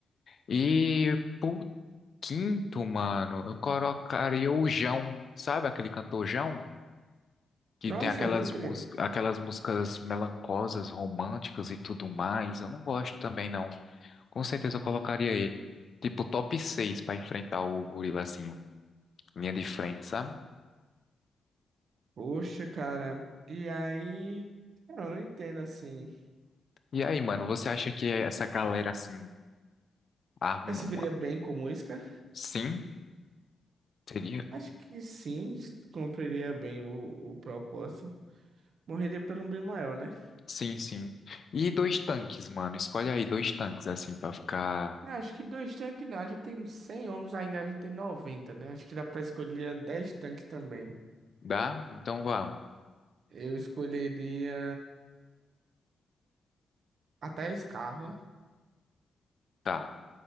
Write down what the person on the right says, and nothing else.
Nossa,
mano, por quê?
Poxa, cara. E aí. Eu não entendo assim.
Esse viria bem com música?
Acho que sim. Cumpriria bem o, o propósito. Morreria pelo um bem maior, né?
Acho que dois tanques não. A gente tem 100 homens ainda, a gente tem 90, né? Acho que dá pra escolher 10 tanques também.
Eu escolheria até a Scarla.